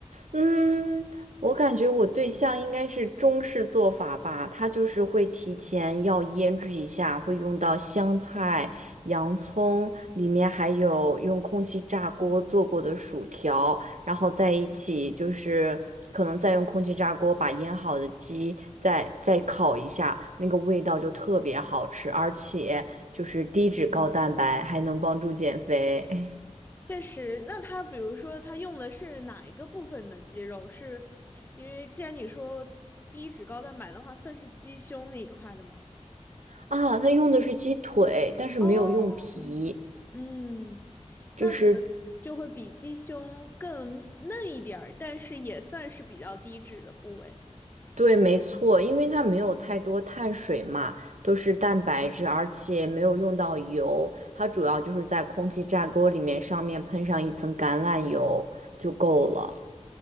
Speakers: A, on the right; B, on the left.
A: 嗯，我感觉我对象应该是中式做法吧，他就是会提前要腌制一下，会用到香菜、洋葱，里面还有用空气炸锅做过的薯条，然后在一起就是可能再用空气炸锅把腌好的鸡再再烤一下，那个味道就特别好吃，而且就是低脂高蛋白，还能帮助减肥。<laughs>
B: 确实，那它比如说它用的是哪一个部分的鸡肉？是因为既然你说低脂高蛋白的话，算是鸡胸那一块的吗？
A: 啊，他用的是鸡腿，但是没有用皮。
B: 哦，嗯，
A: 就是
B: 那可能就会比鸡胸更嫩一点儿，但是也算是比较低脂的部位。
A: 对，没错，因为它没有太多碳水嘛，都是蛋白质，而且没有用到油，它主要就是在空气炸锅里面上面喷上一层橄榄油就够了。